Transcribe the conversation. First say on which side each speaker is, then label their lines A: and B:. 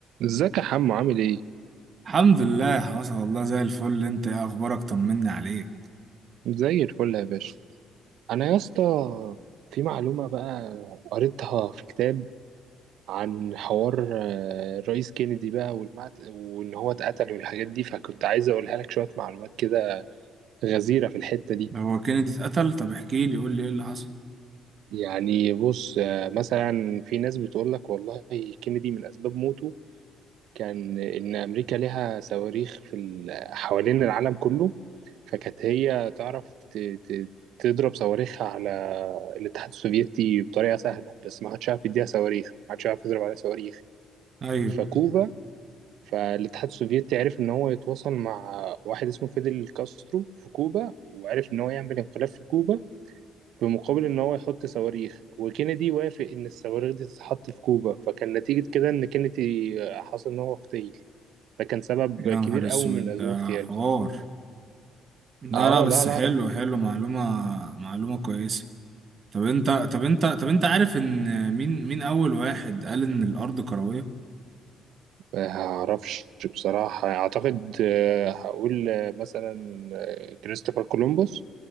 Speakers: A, on the right; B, on the right.
A: ازيك يا حمو عامل ايه؟
B: الحمد لله حصل والله زي الفل انت ايه اخبارك طمني عليك
A: زي الفل يا باشا انا يا اسطى في معلومة بقى قريتها في كتاب عن حوار آه، الرئيس كينيدي بقى والمقت... وان هو اتقتل والحاجات دي فكنت عايز اقولها لك شوية معلومات كده غزيرة في الحتة دي
B: ده هو كينيدي اتقتل طب احكي لي قول لي ايه اللي حصل
A: يعني بص آه، مثلا في ناس بتقول لك والله كينيدي من اسباب موته كان إن أمريكا لها صواريخ في ال- حوالين العالم كله فكانت هي تعرف ت- ت- تضرب صواريخها على الاتحاد السوفيتي بطريقة سهلة بس ما حدش عارف يديها صواريخ ما حدش عارف يضرب عليها صواريخ
B: ايوه
A: فكوبا فالاتحاد السوفيتي عرف إن هو يتواصل مع واحد اسمه فيدل كاسترو في كوبا وعرف إن هو يعمل انقلاب في كوبا في مقابل إن هو يحط صواريخ وكينيدي وافق إن الصواريخ دي تتحط في كوبا فكان نتيجة كده إن كينيدي حصل إن هو اغتيل ده كان سبب
B: يا
A: كبير
B: نهار اسود
A: أوي من أسباب
B: ده
A: اغتياله
B: حوار لا
A: اه
B: لا بس
A: لا لا
B: حلو حلو معلومة معلومة كويسة طب انت طب انت طب انت عارف ان مين مين اول واحد قال ان الارض كروية
A: ما اعرفش بصراحة اعتقد آه، هقول آه، مثلا آه، كريستوفر كولومبوس